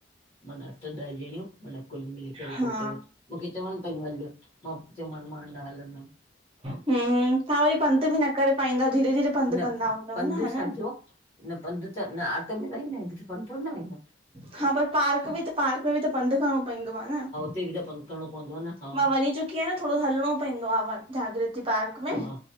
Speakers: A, on the left (about 35°); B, on the right (about 30°).
A: मना अठ ॾह ॼणियूं माना कुल मिली करे
B: हा
A: पोहुते वयूं। चवनि पयूं हलूं मां चम मां न हलंदम।
B: हूं तहां वरी पंधु बि न करे पाईंद धीरे -धीरे पंधु
A: न
B: कंदा हूंदव
A: पंधु
B: न हा
A: छाजो
B: न।
A: न पंधु तश त न आटो में वईयू न त पंधु थोॾी वईंदो।
B: हा पर पार्क बि त पार्क में बि त पंध करिणो पवंदो आहे न?
A: <unintelligible> करिणो पवंदो न हा
B: मां वञी चुकी आहियां न थोॾो हलणो पवंदो आहे जागत पक में
A: हा,